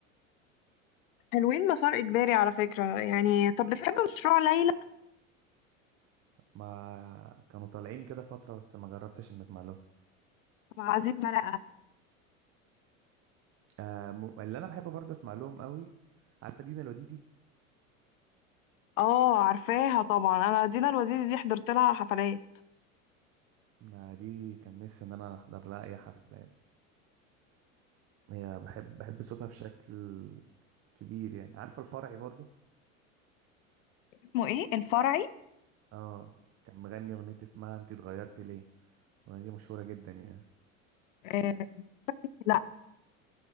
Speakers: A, on the left (about 70°); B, on the right (about 35°).
A: حلوين مسار اجباري على فكرة يعني طب بتحب مشروع ليلى
B: ما كانوا طالعين كده فترة بس ما جربتش ان اسمع لهم
A: مع عزيز مرقة
B: آه م- اللي انا بحب برضه اسمع لهم قوي عارفه دينا الوديدي
A: اه عارفاها طبعا انا دينا الوديدي دي حضرت لها حفلات
B: آه دي كان نفسي ان انا احضر لها اي حفله يعني هي بحب بحب صوتها بشكل كبير يعني عارفه الفرعي برضه
A: اسمه ايه الفرعي
B: اه كان مغني اغنيه اسمها انت اتغيرتي ليه الاغنيه دي مشهوره جدا يعني
A: آه لا